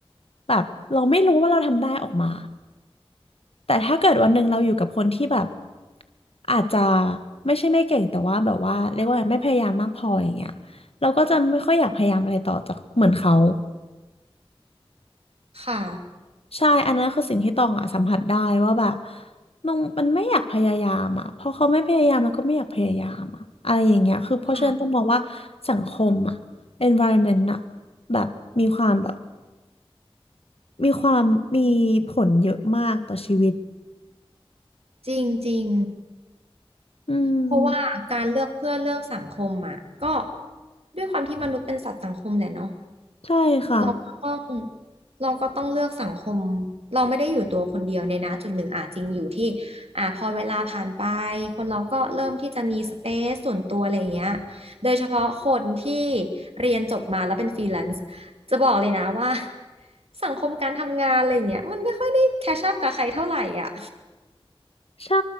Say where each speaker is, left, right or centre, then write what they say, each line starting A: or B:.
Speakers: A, on the left (about 75°); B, on the right (about 80°).
A: แบบเราไม่รู้ว่าเราทำได้ออกมา แต่ถ้าเกิดวันหนึ่งเราอยู่กับคนที่แบบอาจจะไม่ใช่ไม่เก่งแต่ว่าแบบว่าเรียกว่าไม่พยายามมากพออย่างเงี้ยเราก็จะไม่ค่อยอยากพยายามอะไรต่อจากเหมือนเขา
B: ค่ะ
A: ใช่อันนั้นคือสิ่งที่ตองอะสัมผัสได้ว่าแบบน้องมันไม่อยากพยายามอะเพราะเขาไม่พยายามแล้วก็ไม่อยากพยายามอะอะไรอย่างเงี้ยคือเพราะฉะนั้นต้องมองว่า
B: ค่ะ
A: สังคมอะ environment อะแบบมีความแบบ มีความมีผลเยอะมากต่อชีวิต
B: จริงจริง
A: อืม
B: เพราะว่าการเลือกเพื่อนเลือกสังคมอะก็ด้วยความที่มนุษย์เป็นสัตว์สังคมแหละเนาะ
A: ใช่ค่ะ
B: เราก็ต้องเราก็ต้องเลือกสังคมเราไม่ได้อยู่ตัวคนเดียวในนะจุดหนึ่งอ่ะจริงอยู่ที่อ่ะพอเวลาผ่านไปคนเราก็เริ่มที่จะมีสเปซส่วนตัวอะไรอย่างเงี้ยโดยเฉพาะคนที่เรียนจบมาแล้วเป็นฟรีแลนซ์จะบอกเลยนะว่า <laughs> สังคมการทำงานอะไรอย่างเงี้ยมันไม่ค่อยได้แคชอัพกับใครเท่าไหร่อ่ะ
A: ใช่